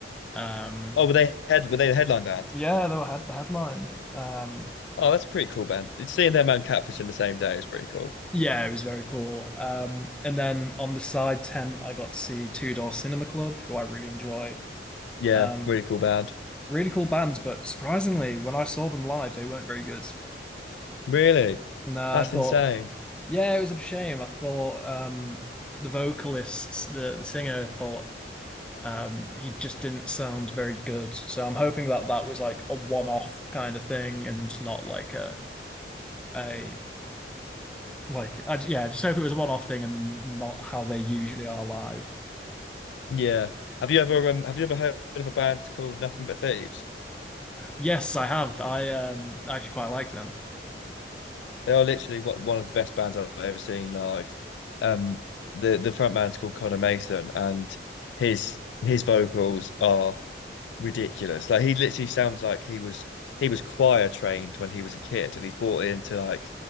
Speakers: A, in the centre; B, on the left.
A: Um,
B: Oh, were they head were they the headline band?
A: yeah, they were head the headline. Um,
B: Oh, that's a pretty cool band. It's Seeing them and Catfish in the same day is pretty cool.
A: Yeah, it was very cool. Um, and then on the side tent, I got to see Two Door Cinema Club, who I really enjoy.
B: Yeah,
A: Um,
B: really cool band.
A: really cool band, but surprisingly, when I saw them live, they weren't very good.
B: Really?
A: No,
B: That's
A: I thought,
B: insane.
A: yeah, it was a shame. I thought um, the vocalists, the the singer, thought um, he just didn't sound very good. So I'm hoping that that was like a one-off kind of thing, and not like a a like I, yeah, I just hope it was a one-off thing and not how they usually are live.
B: Yeah. Have you ever um, have you ever heard of a band called Nothing But Thieves?
A: Yes, I have. I um actually quite like them.
B: They are literally what one of the best bands I've ever seen live. Um, the the front man's called Connor Mason, and his his vocals are ridiculous. Like he literally sounds like he was he was choir trained when he was a kid, and he's brought it into like